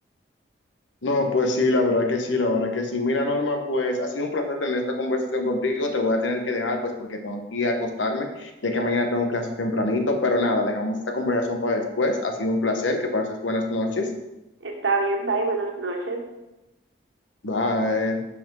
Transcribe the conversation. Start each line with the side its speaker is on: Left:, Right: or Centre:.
Left: No, pues sí, la verdad que sí, la verdad que sí. Mira, Norma, pues ha sido un placer tener esta conversación contigo. Te voy a tener que dejar, pues, porque tengo que ir a acostarme, ya que mañana tengo clases tempranito, pero nada, dejamos esta conversación para después. Ha sido un placer, que pases buenas noches.
Right: Está bien, bye, buenas noches.
Left: Bye.